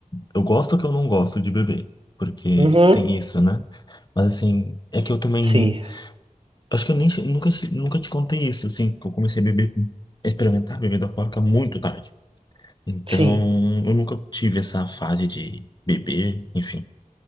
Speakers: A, on the left; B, on the right.
A: Eu gosto que eu não gosto de beber. Porque
B: Uhum.
A: tem isso, né? Mas assim, é que eu também.
B: Sim,
A: Acho que eu nem, che- nunca, te- nunca te contei isso, assim, que eu comecei a beber, a experimentar bebida alcoólica muito tarde. Então,
B: sim.
A: eu nunca tive essa fase de beber, enfim.